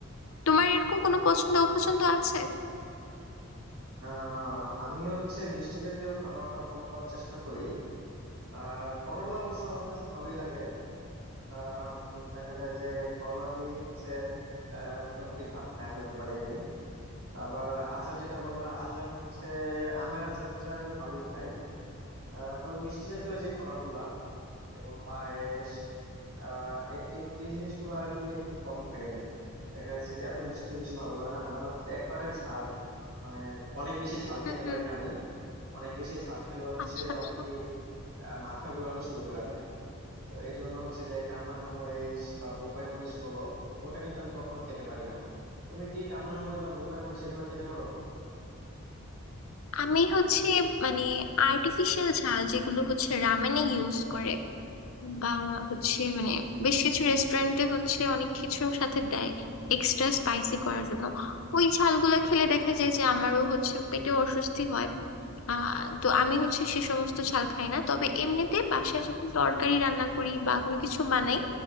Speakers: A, on the left; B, on the right.
A: তোমার এরকম কোনো পছন্দ অপছন্দ আছে
B: আহ আমি হচ্ছে মিষ্টি জাতীয় খাবারটা কম খাওয়ার চেষ্টা করি আর করলা অবশ্য আমার কাছে ভালোই লাগে আহ উম, দেখা যায় যে করলা দিয়ে হচ্ছে আহ, মোটামুটি ভাত খায় ফেলতে পারি আমি আবার আচার যেটা বললা আচার হচ্ছে আমের আচারটা আমি ভালোই খাই আহ, তবে মিষ্টি জাতীয় যে খাবারগুলা যেমন পায়েস আহ এই এই এই জিনিসগুলো আর কি একটু কম খাই আমি দেখা যাচ্ছে যে এত মিষ্টি বেশি ভালো লাগে না আর হচ্ছে একবারে ঝাল মানে অনেক বেশি ঝাল
A: হুম
B: খেতে
A: হুম
B: পারি না আমি অনেক বেশি ঝাল খেলে হচ্ছে
A: আচ্ছা
B: আমার
A: আচ্ছা
B: কি আহ, মাথা ঘোরানো শুরু করে দেয় তো এই জন্য হচ্ছে যে কামরাঙ্গা মরিচ বা বোম্বাই মরিচ বলো ওটা কিন্তু আমি কখনো খেতে পারি না তুমি কি কামরাঙ্গা মরিচ বা বোম্বাই মরিচ এগুলা খেতে পারো
A: আমি হচ্ছে মানে আর্টিফিশিয়াল ঝাল যেগুলো হচ্ছে রামেনে ইউজ করে বা হচ্ছে মানে বেশ কিছু রেস্টুরেন্টে হচ্ছে অনেক কিছুর সাথে দেয় এক্সট্রা স্পাইসি করার জন্য ওই ঝালগুলা খেলে দেখা যায় যে আমারও হচ্ছে পেটে অস্বস্তি হয় আহ তো আমি হচ্ছে সে সমস্ত ঝাল খাই না তবে এমনিতে বাসায় যখন তরকারি রান্না করি বা কোনো কিছু বানাই